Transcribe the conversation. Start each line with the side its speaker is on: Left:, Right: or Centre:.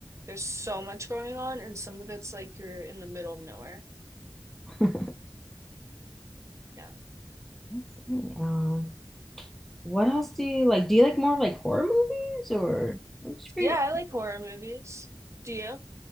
Right: there's so much going on, and some of it's like you're in the middle of nowhere.
Centre: <laughs> Let's
Right: Yeah.
Centre: see. Um, what else do you like? Do you like more like horror movies or what's your
Right: Yeah, I like horror movies. Do you?